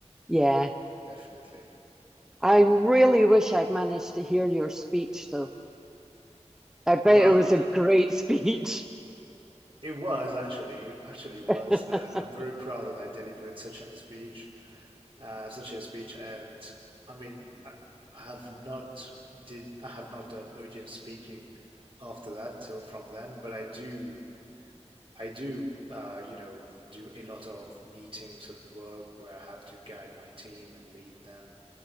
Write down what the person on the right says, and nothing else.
Definitely.
Well,
<sighs> it was actually, it actually was,
and I'm very proud that I delivered such an speech, uh, such a speech. And I mean, I, I have not did I have not done urgent speaking after that till from then, but I do I do uh, you know do a lot of meetings at work where I have to guide my team and lead them.